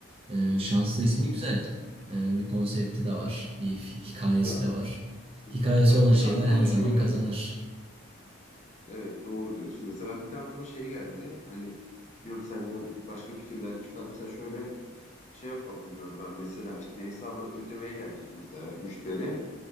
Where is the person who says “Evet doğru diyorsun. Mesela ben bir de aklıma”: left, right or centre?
Left